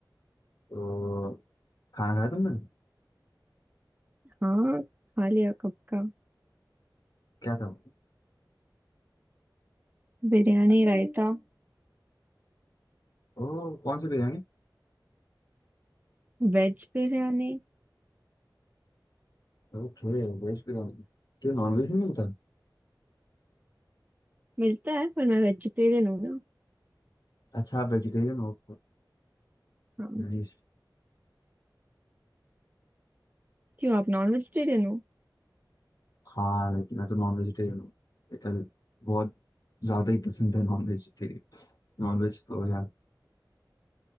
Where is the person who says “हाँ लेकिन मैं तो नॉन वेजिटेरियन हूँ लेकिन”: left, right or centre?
Left